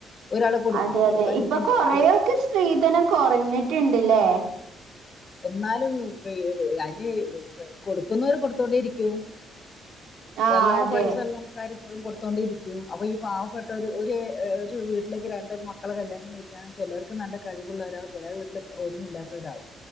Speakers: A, on the left (about 40°); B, on the right (about 85°).
A: ഒരാള് കൊടുക്കുമ്പോ
B: അതെ അതെ
A: കൊടുക്കാതിരിക്കാൻ
B: ഇപ്പൊ കൊറയൊക്കെ
A: പറ്റുവോ
B: സ്ത്രീധനം കൊറഞ്ഞിട്ട്ണ്ട്ല്ലേ
A: ന്നാലും <unintelligible> ആന് കൊടുക്കുന്നോര് കൊടുത്തോണ്ടേ ഇരിക്കും
B: ആഹ്
A: നല്ലോണം
B: അതെ
A: പൈസല്ല ക്കാര് പ്പഴും കൊടുത്തോണ്ടെയിരിക്കും അപ്പൊ ഈ പാവപ്പെട്ടോര് ഒര് ഒരു വീട്ടിലേക്ക് രണ്ടൊരു മക്കളെ കല്യാണം കഴിക്കൻ ചെലോർക്ക് നല്ല കഴിവുള്ളവരാവു ചെലേ വീട്ടില് ഒന്നുല്ലാത്തവരാവും